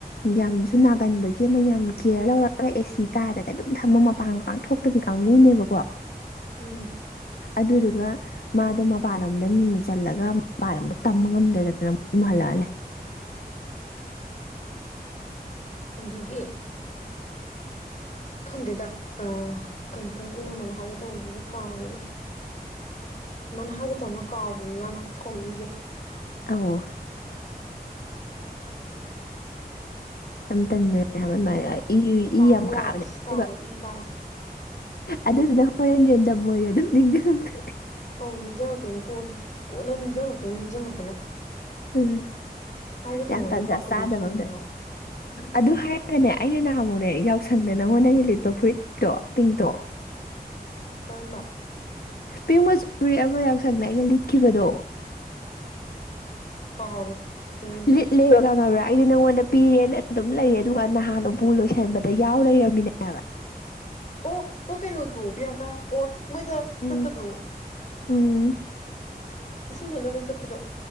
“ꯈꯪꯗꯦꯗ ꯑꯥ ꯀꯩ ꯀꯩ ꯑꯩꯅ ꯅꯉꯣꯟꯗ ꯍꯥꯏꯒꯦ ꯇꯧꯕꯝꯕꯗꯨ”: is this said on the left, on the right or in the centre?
Left